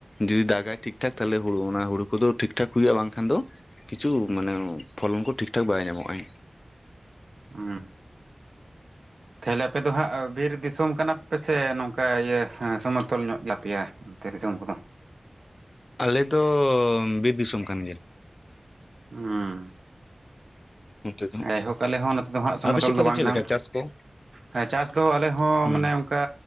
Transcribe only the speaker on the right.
ᱦᱩᱸ᱾ ᱛᱟᱦᱞᱮ ᱟᱯᱮ ᱫᱚ ᱦᱟᱸᱜ ᱵᱤᱨ ᱫᱤᱥᱚᱢ ᱠᱟᱱᱟ ᱯᱮ ᱥᱮ ᱱᱚᱝᱠᱟ ᱤᱭᱟᱹ ᱦᱮᱸ ᱥᱚᱢᱚᱛᱷᱚᱞ ᱧᱚᱜ ᱜᱮᱭᱟᱯᱮ ᱭᱟ? ᱚᱱᱛᱮ ᱫᱤᱥᱚᱢ ᱠᱚᱫᱚ᱾
ᱦᱮᱸ᱾
<unintelligible> ᱟᱞᱮ ᱦᱚᱸ ᱱᱚᱛᱮ ᱫᱚ ᱦᱟᱸᱜ ᱥᱚᱢᱚᱛᱚᱞ
ᱫᱚ
ᱵᱟᱝ
ᱠᱟᱱᱟ᱾
ᱦᱮᱸ ᱪᱟᱥ ᱫᱚ ᱟᱞᱮ ᱦᱚᱸ
ᱢᱟᱱᱮ ᱚᱱᱠᱟ